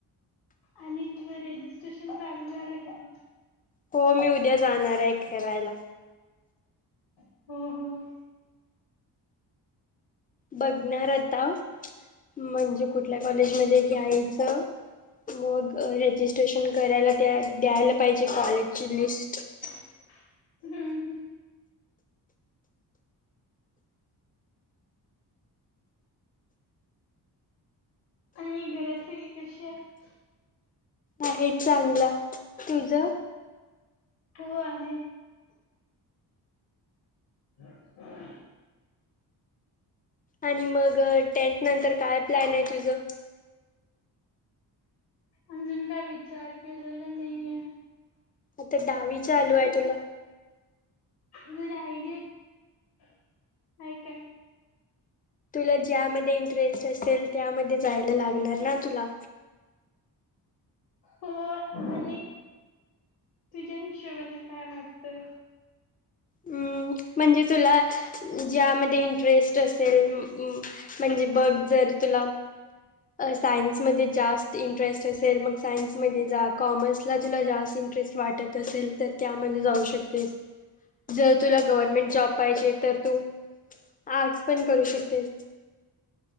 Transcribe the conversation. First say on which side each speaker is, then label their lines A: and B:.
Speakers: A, on the left (about 65°); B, on the left (about 20°).
A: आणि तुझं रेजिस्ट्रेशन चालू झालं काय?
B: हो मी उद्या जाणार आहे खेरायला.
A: हम् हम्..
B: बघणार आता, म्हणजे कुठल्या कॉलेज मध्ये घ्यायचं. मग रजिस्ट्रेशन करायला त्या, द्यायला पाहिजे कॉलेजची लिस्ट.
A: <unintelligible> आणि घरात सगळी कशी आहेत?
B: आहे चांगला. तुझं?
A: तू आहे <unintelligible>
B: आणि मग टेंथ नंतर काय प्लॅन आहे तुझं?
A: अजून काय विचार केलेला नाहीये.
B: आता दहावी चालू हाय तुला.
A: गुड आयडिया हाय काय?
B: तुला ज्यामध्ये इंटरेस्ट असेल, त्यामध्ये जायला लागणार ना तुला.
A: हो. आणि तुझ्या हिशोबाने काय वाटतंय?
B: अं म्हणजे तुला ज्यामध्ये इंटरेस्ट असेल म म म्हणजे बघ जर तुला अं सायन्समध्ये जास्त इंन् टरेस्ट असेल मग सायन्समध्ये जा. कॉमर्सला तुला जास्त इंटरेस्ट वाटत असेल तर त्यामध्ये जाऊ शकतेस. जर तुला गव्हर्नमेंट जॉब पाहिजे, तर तू आर्ट्स पण करू शकतेस.